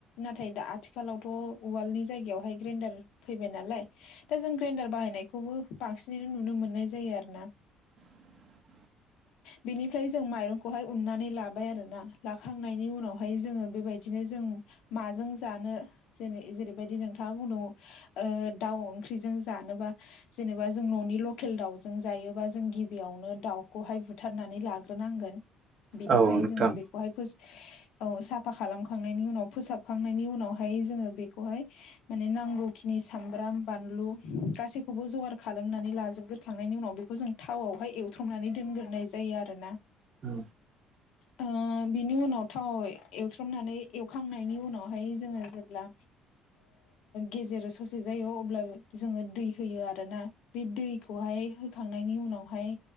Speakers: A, on the left; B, on the right.
A: नाथाय दा आथिखालावथ' उवालनि जायगायावहाय ग्रेन्डार फैबाय नालाय दा जों ग्राइन्डार बाहायनायखौबो बांसिनैनो नुनो मोननाय जायो आरो ना।
B: <inaudible>
A: बिनिफ्राय जों माइरंखौहाय उन्नानै लाबाय आरो ना लाखांनायनि उनावहाय जोङो बेबाय दिनो जों माजों जानो जेनै जेरैबायदि नोंथाङा बुंदोंऔ दाउ ओंख्रिजों जानोबा जेनेबा जों न'नि लकेल दाउजों जायोबा जों गिबियावनो दाउखौहाय बुथारनानै लाग्रोनांगोन। बेनिफ्राय
B: औ नोंथां
A: जोङो बेखौहाय फो औ साफा खालामखांनायनि उनाव फोसाबखांनायनि उनावहाय जोङो बेखौहाय माने नांगौ खिनि सामब्राम बानलु गासैखौबो जगार खालामनानै लाजोबगोरखांनायनि उनाव बेखौ जों थावआवहाय एवथ्रमनानै दोनग्रोनाय जायो आरोना‌।
B: औ
A: ओ बिनि उनाव थाव एवथ्रमनानै एवखांनायनि उनावहाय जोङो जेब्ला गेजेर ससे जायो अब्ला जोङो दै होयो आरोना बे दैखौहाय होखांनायनि उनावहाय